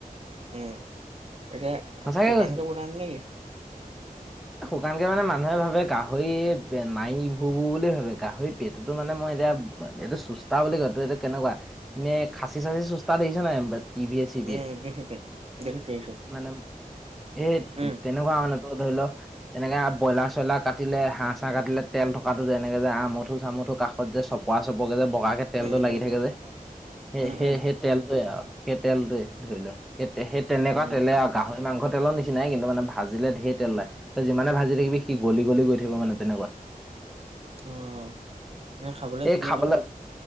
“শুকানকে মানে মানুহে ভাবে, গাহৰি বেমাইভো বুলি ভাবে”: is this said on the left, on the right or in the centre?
Centre